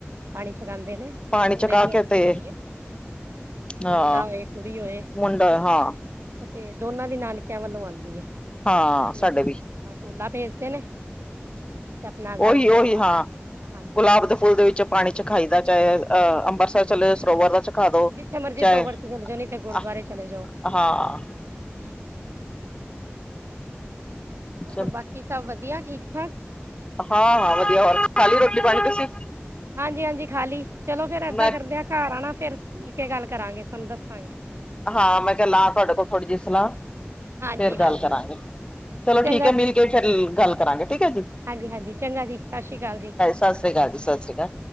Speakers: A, on the right (about 75°); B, on the left (about 25°).
A: ਪਾਣੀ ਛਕਾਉਂਦੇ ਨੇ,
B: ਪਾਣੀ
A: ਫੇਰ ਮੁੰਡੇ
B: ਚਕਾ
A: ਦੀ
B: ਕੇ
A: ਆਉਂਦੀ
B: ਤੇ
A: ਹੀ ਹੈ
B: ਹਾਂ
A: ਮੁੰਡਾ ਹੋਏ ਕੁੜੀ ਹੋਏ,
B: ਮੁੰਡਾ
A: ਮਤਲਬ
B: ਹਾਂ
A: ਉ ਤੇ ਦੋਨਾਂ ਦੀ ਨਾਨਕਿਆਂ ਵੱਲੋਂ ਆਉਂਦੀ ਏ,
B: ਹਾਂ
A: ਨਾਨਕੇ
B: ਸਾਡੇ ਵੀ
A: ਆਪਣਾ ਚੋਲਾ ਭੇਜਦੇ ਨੇ ਤੇ ਆਪਣਾ ਗਲ
B: ਉਹੀ,
A: ਚ ਉਹ
B: ਉਹੀ
A: ਹਾਰ
B: ਹਾਂ,
A: ਬਣਾਇਆ ਹਾਂਜੀ
B: ਗੁਲਾਬ
A: ਹਾਂਜੀ
B: ਦੇ
A: ਉਹ
B: ਫੁੱਲ ਦੇ ਵਿੱਚ ਪਾਣੀ 'ਚ ਚਖਾਈਦਾ
A: ਹਾਂਜੀ
B: ਚਾਹੇ ਅਹ, ਅੰਮ੍ਰਿਤਸਰ ਚਲੇ ਸਰੋਵਰ ਦਾ ਚਖਾਦੋ,
A: ਹਾਂ ਜਿੱਥੇ ਮਰਜੀ
B: ਚਾਹੇ
A: ਸਰੋਵਰ ਚ ਚਲੇ ਜਾਓ ਨਹੀਂ ਤੇ ਗੁਰਦੁਆਰੇ
B: ਆਹ
A: ਚਲੇ ਜਾਓ
B: ਆਂ ਹਾਂ
A: ਹਾਂਜੀ ਹੋਰ
B: ਚਲ
A: ਬਾਕੀ ਸਭ ਵਧੀਆ, ਠੀਕ- ਠਾਕ
B: ਹਾਂ- ਹਾਂ, ਵਧੀਆ ਹੋਰ ਖਾ ਲਈ ਰੋਟੀ ਪਾਣੀ
A: ਹਾਂਜੀ-
B: ਤੁਸੀਂ
A: ਹਾਂਜੀ ਖਾਲੀ, ਚਲੋ ਫੇਰ ਐਦਾਂ
B: ਮੈਂ
A: ਕਰਦੇ ਆ ਘਰ ਆਉਣਾ ਫੇਰ ਮਿਲ ਕੇ ਗੱਲ ਕਰਾਂਗੇ, ਤੁਹਾਨੂੰ ਦੱਸਾਂਗੇ
B: ਹਾਂ, ਮੈਂ ਕਿਹਾ ਲਾ ਤੁਹਾਡੇ ਕੋਲੋਂ ਥੋੜ੍ਹੀ ਜਿਹੀ ਸਲਾਹ
A: ਹਾਂਜੀ
B: ਫਿਰ ਗੱਲ
A: ਹਾਂਜੀ
B: ਕਰਾਂਗੇ,
A: ਹਾਂ
B: ਚਲੋ
A: ਚੰਗਾ
B: ਠੀਕ ਐ, ਮਿਲ
A: ਜੀ
B: ਕੇ ਫੇਰ ਗੱਲ ਕਰਾਂਗੇ ਠੀਕ ਹੈ ਜੀ
A: ਹਾਂਜੀ- ਹਾਂਜੀ, ਚੰਗਾ ਜੀ, ਸਸ਼੍ਰੀ ਅਕਾਲ ਜੀ
B: ਸਾਸਰੀ ਅਕਾਲ ਜੀ, ਸਸਰੀ ਅਕਾਲ